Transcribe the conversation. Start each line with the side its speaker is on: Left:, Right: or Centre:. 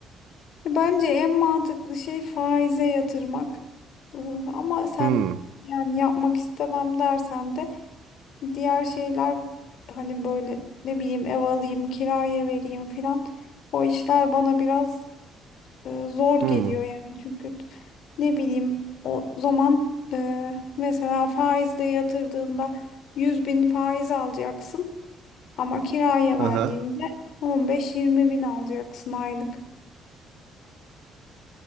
Left: Bence en mantıklı şey faize yatırmak. Ee, Ama sen
Right: Hmm.
Left: yani yapmak istemem dersen de diğer şeyler hani böyle ne bileyim ev alayım, kiraya vereyim filan. O işler bana biraz e, zor geliyor
Right: Hmm.
Left: yani çünkü t- ne bileyim o zaman e, mesela faizde yatırdığında 100 bin faiz alacaksın ama kiraya verdiğinde
Right: Aha.
Left: 15-20 bin alacaksın aylık.